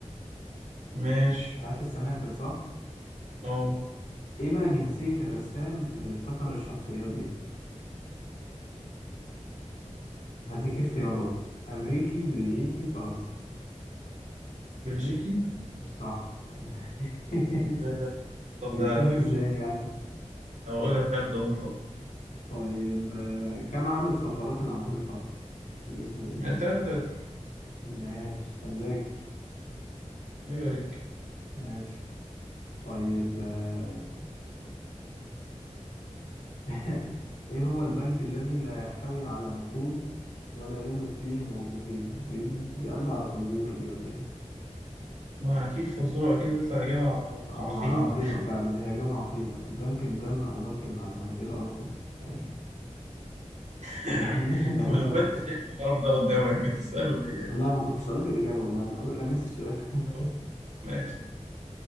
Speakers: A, on the right (about 70°); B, on the left (about 85°).
A: ماشي
B: عارف السنافر صح؟
A: أه
B: إيه بقى جنسية الرسام اللي ابتكر الشخصيات دي؟ هديك اختيارات أمريكي بلجيكي فرنسي
A: بلجيكي
B: صح <laughs>
A: ده ده طب
B: جبتها
A: ده على فكرة
B: ازاي يعني
A: أقول لك هبدأ مطلق
B: طيب آه، كم عدد فقرات العمود الفقري في جسم الإنسان؟
A: يعني 33
B: ماشي أنت مذاكر
A: أيوة ليك
B: ماشي طيب آه، <laughs> إيه هو البنك الذي لا يحتوي على نقود ولا يوجد فيه موظفين؟ دي دي, دي قلبة على فزورة دي ولا إيه؟
A: ما أكيد فزورة أكيد هتطلع إجابة ع-
B: آه
A: عقيمة
B: مع عقيمة فعلا هي جامعة عقيمة بنك الدم أو بنك المعلومات إيه القرف ده؟ ماشي
A: <laughs>
B: <laughs> لا
A: طب
B: مؤاخذة
A: لو أنت شايف القرف ده قدامك بتسأله ليه يا أخي
B: لا ما كنتش قريت الإجابة والله أنا رميت السؤال <laughs>
A: طب ماشي